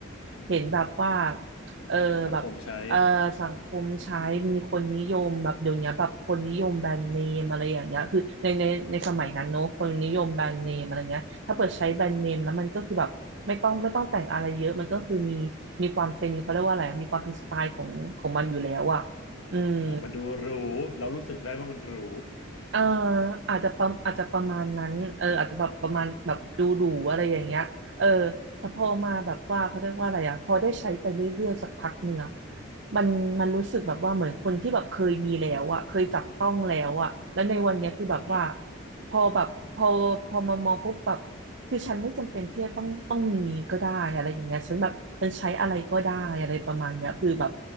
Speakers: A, on the right; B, on the left.
A: เห็นแบบว่าเออแบบ
B: สังคมใช้
A: เอ่อสังคมใช้มีคนนิยมแบบเดี๋ยวนี้แบบคนนิยมแบรนด์เนมอะไรอย่างเงี้ยคือในในในสมัยนั้นเนอะคนนิยมแบรนด์เนมอะไรเงี้ยถ้าเปิดใช้แบรนด์เนมแล้วมันก็คือแบบไม่ต้องไม่ต้องแต่งอะไรเยอะมันก็คือมีมีความเป็นเขาเรียกว่าอะไรอะมีความเป็นสไตล์ของของมันอยู่แล้วอ่ะอืม
B: อ่ามันดูหรูเรารู้สึกได้ว่ามันหรู
A: เอออาจจะประอาจจะประมาณนั้นเอออาจจะแบบประมาณแบบดูดูอะไรอย่างเงี้ยเออแต่พอมาแบบว่าเขาเรียกว่าอะไรอะพอได้ใช้ไปเรื่อยๆสักพักหนึ่งอะมันมันรู้สึกแบบว่าเหมือนคนที่แบบเคยมีแล้วอะเคยจับต้องแล้วอะแล้วในวันเนี้ยคือแบบว่า
B: อ่าฮะ
A: พอแบบพอพอมามองปุ๊บแบบคือฉันไม่จำเป็นที่จะต้องต้องมีก็ได้อะไรอย่างเงี้ยฉันแบบฉันใช้อะไรก็ได้อะไรประมาณเนี้ยคือแบบ